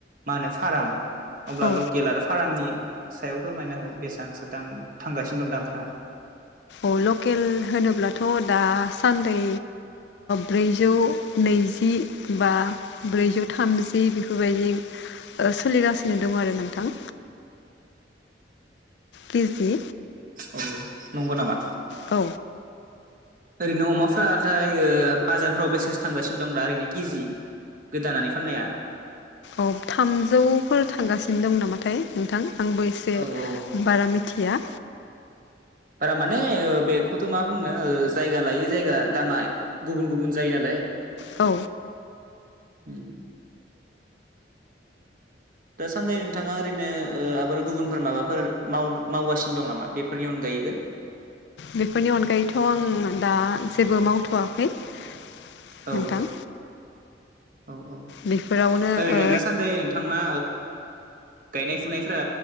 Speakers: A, on the right; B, on the left.
A: मा होनो फार्म अब्ला
B: औ
A: लकेल आरो फार्मनि सायाव फोरमायना हो बेसेबां सो दाम थांगासिनो दं दामफ्रा
B: औ लकेल होनोब्लाथ' दासान्दि ब्रैजौ नैजि बा ब्रैजौ थामजि बेफोरबायदि सोलिगासिनो दं आरो नोंथां केजि
A: औ नंगौ नामा
B: औ
A: ओरैनो अमाफोरा थाय बाजारफ्राव बेसे थांगासिनो दं दा ओरैनो केजि दानानै फाननाया
B: औ थामजौफोर थांगासिनो दं नामाथाय नोंथां आंबो एसे
A: औ औ
B: बारा मिथि मिथिया
A: बारा माने बेखौथ' मा बुंनो जायगा लायै जायगा दामाय गुबुन गुबुन जायो नालाय
B: औ
A: उ <inaudible> दाासान्दि नोंथाङा ओरैनो आबाद गुबुनफोर माबाफोर माव मावगासिनो दं नामा बेफोरनि अनगायैबो
B: बेफोरनि अनगायैथ' आं दा जेबो मावथ'वाखै नोंथां
A: औ औ औ
B: बेफोरावनो
A: ओरैनो
B: ओ
A: दासान्दि नोंथां ना गायनाय फुनायफ्रा